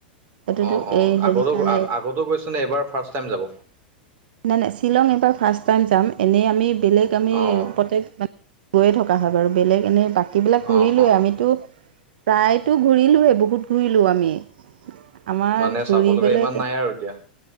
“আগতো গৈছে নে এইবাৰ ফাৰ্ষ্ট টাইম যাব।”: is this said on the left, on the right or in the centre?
Right